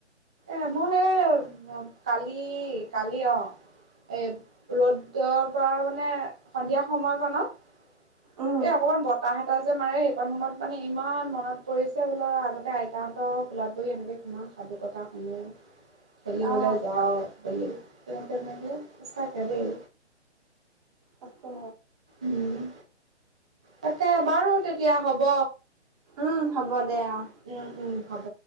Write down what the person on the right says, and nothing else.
উম
অ
তাকে।
উ হ'ব দে আৰু।